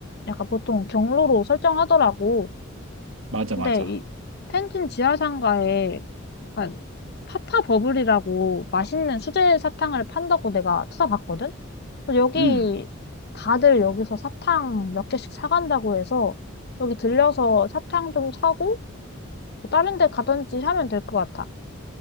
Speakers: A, on the left; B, on the right.
A: 약간 보통 경로로 설정하더라고.
B: 맞아,
A: 근데
B: 맞아.
A: 이 텐진 지하상가에 아, 파파 버블이라고 맛있는 수제 사탕을 판다고 내가 찾아봤거든? 그래서 여기
B: 음.
A: 다들 여기서 사탕 몇 개씩 사간다고 해서 여기 들려서 사탕 좀 사고 뭐 다른 데 가든지 하면 될 것 같아.